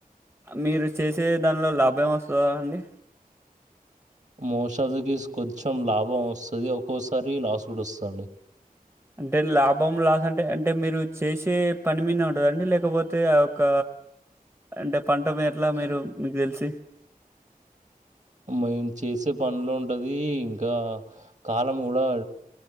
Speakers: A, on the right (about 15°); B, on the right (about 50°).
A: మీరు చేసే దానిలో లాభం ఏమైనా వస్తదా అండి
B: మోసాజకిసు కొంచెం లాభం వస్తది ఒక్కోసారి లాస్ కూడా వస్తుండి
A: అంటే లాభం లాస్ అంటే అంటే మీరు చేసే పని మీద ఉంటదండి లేకపోతే ఆ యొక్క అంటే పంట మీ ఎట్లా మీరు మీకు తెలిసి
B: మేము చేసే పని లో ఉంటది ఇంకా కాలం కూడా